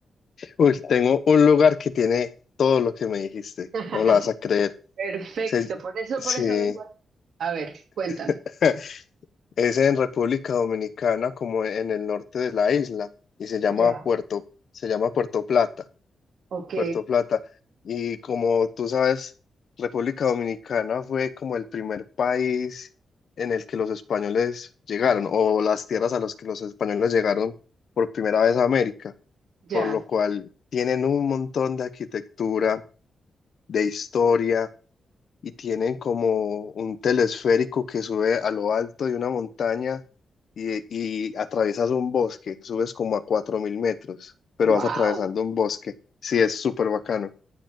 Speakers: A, on the left; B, on the right.
A: Uy, tengo un lugar que tiene todo lo que me dijiste.
B: <laughs>
A: No me la vas a creer.
B: Perfecto,
A: Se-
B: por eso,
A: sí,
B: por eso vengo a... A ver, cuéntame.
A: <laughs> es en República Dominicana, como en el norte de la isla, y se llama
B: Ya,
A: Puerto, se llama Puerto Plata.
B: ok,
A: Puerto Plata. Y como tú sabes, República Dominicana fue como el primer país en el que los españoles llegaron, o las tierras a las que los españoles llegaron por primera vez a América,
B: ya.
A: por lo cual tienen un montón de arquitectura, de historia, y tienen como un telesférico que sube a lo alto de una montaña y, y atraviesas un bosque, subes como a 4.000 metros, pero
B: Wow.
A: vas atravesando un bosque. Sí, es súper bacano.